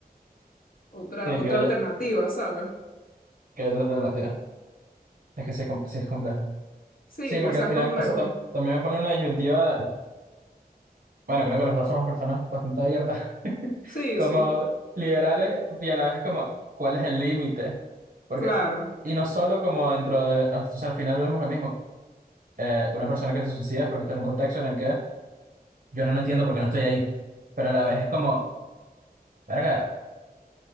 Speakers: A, on the left; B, on the right.
A: otra,
B: Sí,
A: otra
B: que haya,
A: alternativa, ¿sabes?
B: que haya otra alternativa. Es que sí es, com- sí es complejo.
A: Sí,
B: Sí, porque
A: o sea,
B: al final,
A: es complejo.
B: o sea, tam- también me pone una disyuntiva, de- bueno, creo que los dos somos personas bastante abiertas, <laughs>
A: Sí,
B: como
A: sí,
B: liberales, y a la vez es como, ¿cuál es el límite? Porque,
A: claro.
B: y no solo como dentro de, o sea, al final vemos lo mismo, eh, una persona que se suicida es porque está en un contexto en el que yo no lo entiendo porque no estoy ahí, pero a la vez es como, verga,